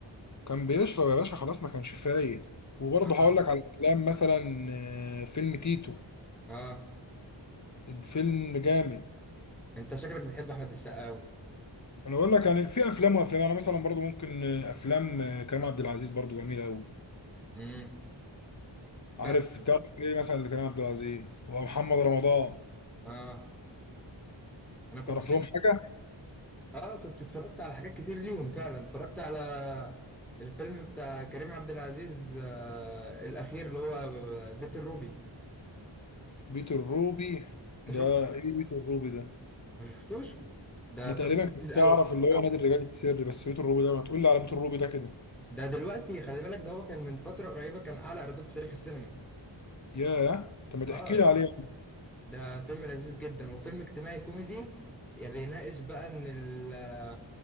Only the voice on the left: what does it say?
كان بيشرب يا باشا خلاص ما كانش فايق وبرضه
هقول لك على افلام مثلا آه، فيلم تيتو
فيلم جامد
انا بقول لك يعني في افلام وافلام انا مثلا برضو ممكن افلام كريم عبد العزيز برضو جميله قوي
عارف
تعرف ايه مثلا لكريم عبد العزيز ومحمد رمضان
تعرف
لهم حاجه
بيت الروبي
ده
ايه بيت الروبي ده
انا
تقريبا كنت
اعرف
اللي هو
نادي الرجال السري بس بيت الروبي ده ما تقول لي على بيت الروبي ده كده
ياه طب ما تحكي
لي عليه